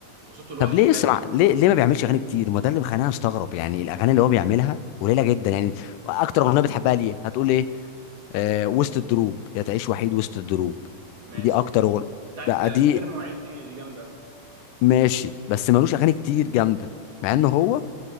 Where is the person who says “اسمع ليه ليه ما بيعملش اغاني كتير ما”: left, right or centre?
Left